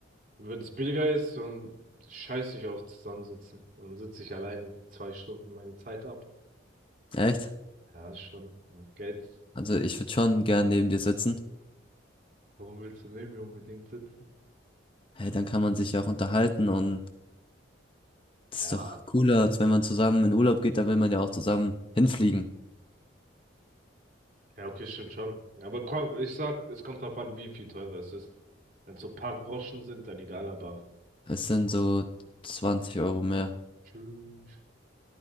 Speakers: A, on the right; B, on the left.
A: Und wenn es billiger ist, dann scheiß ich auf Zusammensitzen. Dann sitze ich alleine zwei Stunden meine Zeit ab.
B: Echt?
A: Ja, ist schon. Und Geld,
B: Also ich würde schon gern neben dir sitzen.
A: warum willst du neben mir unbedingt sitzen?
B: Hey, dann kann man sich ja auch unterhalten und das
A: Ja,
B: ist doch cooler, als wenn man zusammen in Urlaub geht, dann will man ja auch zusammen hinfliegen.
A: Ja, okay, stimmt schon. Aber komm, ich sag, es kommt drauf an, wie viel teurer es ist. Wenn es so ein paar Groschen sind, dann egal, aber
B: Es sind so 20 Euro mehr.
A: Tschüss.